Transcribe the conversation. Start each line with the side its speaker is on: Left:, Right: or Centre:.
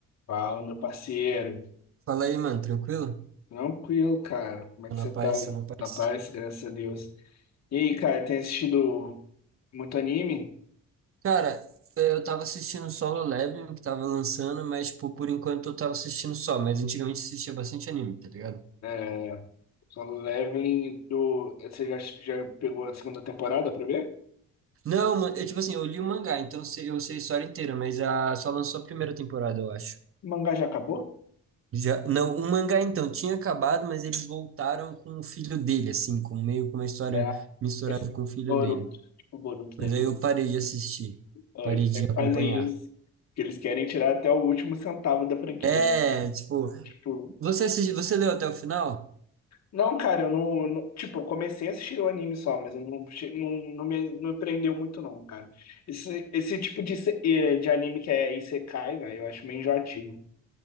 Left: Fala, meu parceiro.
Right: Fala aí, mano, tranquilo?
Left: Tranquilo, cara. Como é
Right: Tô
Left: que
Right: na
Left: você
Right: paz,
Left: tá aí?
Right: tô na paz.
Left: Na paz, graças a Deus. E aí, cara, tem assistido muito anime?
Right: Cara, é, eu tava assistindo Solo Leveling, que tava lançando, mas, tipo, por enquanto eu tava assistindo só, mas antigamente assistia bastante anime, tá ligado?
Left: É, Solo Leveling do. Você já, já pegou a segunda temporada pra ver?
Right: Não, mano, eu, tipo assim, eu li o mangá, então eu sei eu sei a história inteira, mas a, só lançou a primeira temporada, eu acho.
Left: O mangá já acabou?
Right: Já, não, o mangá, então, tinha acabado, mas eles voltaram com o filho dele, assim, com meio com uma história
Left: É,
Right: misturada
Left: esse
Right: com o filho
Left: Boruto,
Right: dele.
Left: tipo o Boruto da
Right: Mas
Left: vida.
Right: aí eu parei de assistir,
Left: Ó,
Right: parei
Left: eles
Right: de
Left: sempre
Right: acompanhar.
Left: fazem isso, que eles querem tirar até o último centavo da franquia,
Right: É,
Left: né?
Right: tipo,
Left: Tipo,
Right: você assisti, você leu até o final?
Left: Não, cara, eu não, não- Tipo, eu comecei a assistir o anime só, mas eu não, che- não, não me, não me prendeu muito, não, cara. Esse, esse tipo de, se- eh, de anime que é Isekai, velho, eu acho meio enjoativo.